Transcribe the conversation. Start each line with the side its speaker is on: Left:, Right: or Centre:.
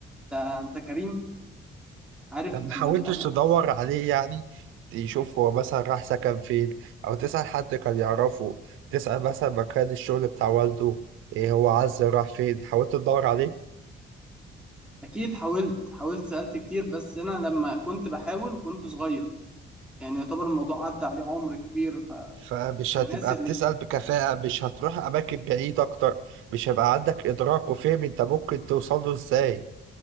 Centre: ده انت كريم عارف
Right: طب ما
Centre: لما
Right: حاولتش
Centre: تبقى
Right: تدور عليه يعني تشوف هو مثلا راح سكن فين او تسأل حد كان يعرفه تسأل مثلا مكان الشغل بتاع والده ايه هو عز راح فين حاولت تدور عليه
Centre: اكيد حاولت حاولت سالت كتير بس انا لما كنت بحاول كنت صغير يعني يعتبر الموضوع عدى عليه عمر كبير ف
Right: فمش
Centre: الناس
Right: هتبقى
Centre: اللي
Right: بتسأل بكفاءة مش هتروح أماكن بعيد أكتر مش هيبقى عندك إدراك وفهم أنت ممكن توصل له إزاي